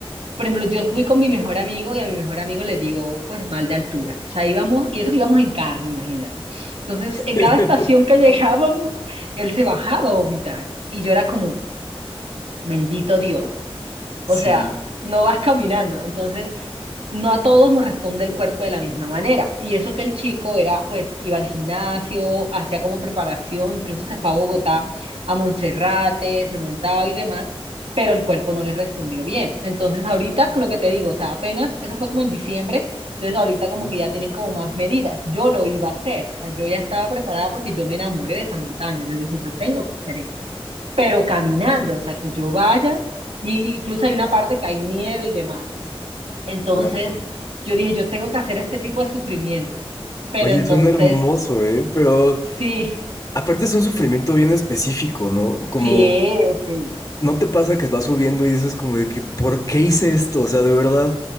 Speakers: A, on the right (about 85°); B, on the left (about 35°).
A: por ejemplo, yo subí con mi mejor amigo y a mi mejor amigo le digo, pues, mal de altura, o sea, íbamos, y eso que íbamos en carro, imagínate. Entonces, en
B: <laughs>
A: cada estación que <laughs> llegábamos, él se bajaba a vomitar y yo era como, bendito Dios,
B: Sí,
A: o sea, no vas caminando, entonces... no a todos nos responde el cuerpo de la misma manera. Y eso que el chico era, pues, iba al gimnasio, hacía como preparación, incluso se fue a Bogotá, a Monserrate, se montaba y demás, pero el cuerpo no le respondió bien. Entonces, ahorita, lo que te digo, o sea, apenas, eso fue como en diciembre, entonces ahorita como
B: mm,
A: que ya tienen como más medidas. Yo lo iba a hacer, o sea, yo ya estaba preparada porque yo me enamoré de esa montaña, yo dije, yo tengo que hacer esto, pero caminando, o sea, que yo vaya, y incluso hay una parte que hay nieve y demás. Entonces,
B: claro.
A: yo dije, yo tengo que hacer este tipo de sufrimiento. Pero
B: Oye,
A: entonces,
B: suena hermoso, ¿eh? Pero
A: sí,
B: aparte es un sufrimiento bien específico, ¿no? Como,
A: sí, sí.
B: ¿no te pasa que vas subiendo y dices como de que, ¿por qué hice esto? O sea, de verdad,